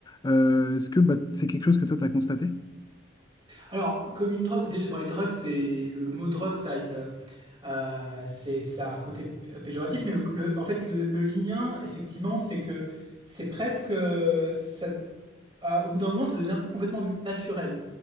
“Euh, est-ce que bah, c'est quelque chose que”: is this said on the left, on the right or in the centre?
Left